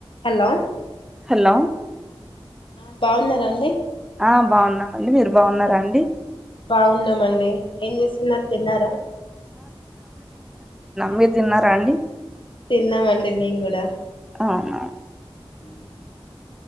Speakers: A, on the left (about 60°); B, in the centre.
A: Hello
B: hello
A: ఆ బావున్నారా అండి
B: ఆ బావున్నామండి మీరు బావున్నారా అండి
A: బాగున్నామండి ఏం చేస్తున్నారు తిన్నారా
B: మీర్ తిన్నారా అండి
A: తిన్నామండి మేం గూడా
B: అవునా
A: హ